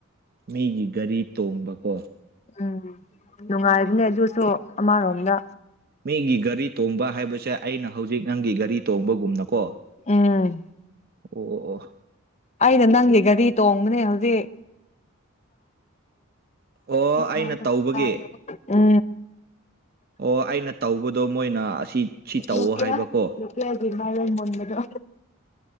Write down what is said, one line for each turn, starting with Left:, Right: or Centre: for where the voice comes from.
Right: ꯃꯤꯒꯤ ꯒꯥꯔꯤ ꯇꯣꯡꯕꯀꯣ
Left: ꯎꯝ ꯅꯨꯡꯉꯥꯏꯕꯅꯦ ꯑꯗꯨꯁꯨ ꯑꯃꯔꯣꯝꯗ
Right: ꯃꯤꯒꯤ ꯒꯥꯔꯤ ꯇꯣꯡꯕ ꯍꯥꯏꯕꯁꯦ ꯑꯩꯅ ꯍꯧꯖꯤꯛ ꯅꯪꯒꯤ ꯒꯥꯔꯤ ꯇꯣꯡꯕꯒꯨꯝꯅꯀꯣ
Left: ꯎꯝ
Right: ꯑꯣ ꯑꯣ ꯑꯣ
Left: ꯑꯩꯅ ꯅꯪꯁ ꯒꯥꯔꯤ ꯇꯣꯡꯕꯅꯦ ꯍꯧꯖꯤꯛ
Right: ꯑꯣ ꯑꯣ ꯑꯩꯅ
Left: ꯃꯔꯔ
Right: ꯇꯧꯕꯒꯤ
Left: ꯆ ꯎ
Right: ꯑꯣ ꯑꯩꯅ ꯇꯧꯕꯗꯣ ꯃꯣꯏꯅ ꯑꯁꯤ ꯁꯤ ꯇꯧꯋꯣ
Left: ꯂꯀꯌꯥ
Right: ꯍꯥꯏꯕꯀꯣ
Left: ꯂꯀꯌꯥ ꯃꯥꯏ ꯃꯣꯟ ꯂꯩꯒ